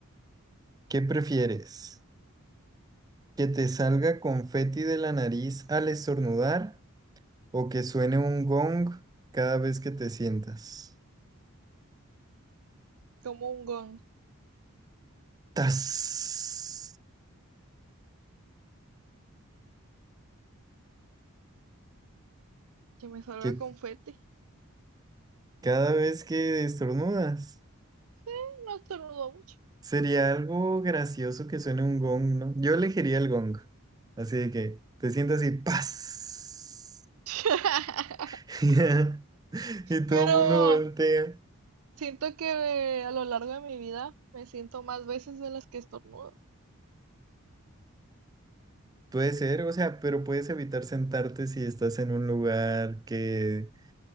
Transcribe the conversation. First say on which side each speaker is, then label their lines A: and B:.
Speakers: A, on the right; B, on the right.
A: ¿Qué prefieres? ¿Que te salga confeti de la nariz al estornudar o que suene un gong cada vez que te sientas?
B: Como un gon,
A: ¡Tas!
B: que me salga
A: Que
B: confeti.
A: cada vez que estornudas.
B: Sí, No estornudo mucho.
A: Sería algo gracioso que suene un gong, ¿no? Yo elegiría el gong. Así de que te sientas y ¡paz!
B: <laughs>
A: <laughs> Y todo
B: Pero
A: el mundo voltea.
B: Siento que a lo largo de mi vida me siento más veces de las que estornudo.
A: Puede ser, o sea, pero puedes evitar sentarte si estás en un lugar que,